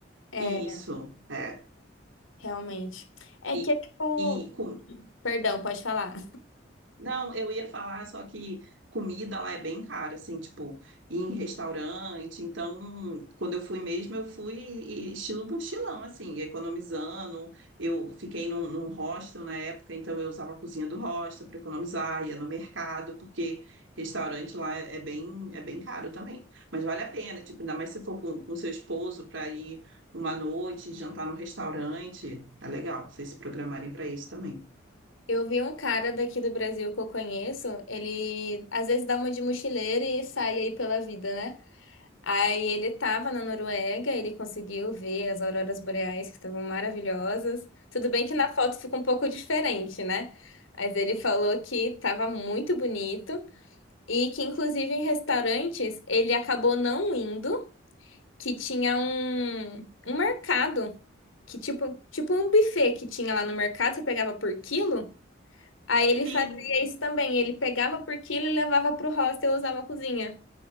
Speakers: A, on the left (about 80°); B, on the right (about 70°).
A: É,
B: e Isso, é.
A: realmente. É
B: E,
A: que é tipo.
B: e com...
A: Perdão, pode falar.
B: Não, eu ia falar, só que comida lá é bem cara, assim, tipo, ir em restaurante. Então, quando eu fui mesmo, eu fui estilo mochilão, assim, economizando. Eu fiquei num, num hostel na época, então eu usava a cozinha do hostel para economizar, ia no mercado, porque restaurante lá é, é bem, é bem caro também. Mas vale a pena, tipo, ainda mais se for com, com seu esposo para ir uma noite, jantar no restaurante. É legal, vocês se programarem para isso também.
A: Eu vi um cara daqui do Brasil que eu conheço, ele às vezes dá uma de mochileiro e sai aí pela vida, né? Aí ele estava na Noruega, ele conseguiu ver as auroras boreais que estavam maravilhosas. Tudo bem que na foto fica um pouco diferente, né? Mas ele falou que estava muito bonito e que inclusive em restaurantes ele acabou não indo, que tinha um, um mercado, que tipo, tipo um buffet que tinha lá no mercado, você pegava por quilo. Aí ele
B: Sim,
A: fazia isso também, ele pegava por quilo e levava para o hostel e usava a cozinha.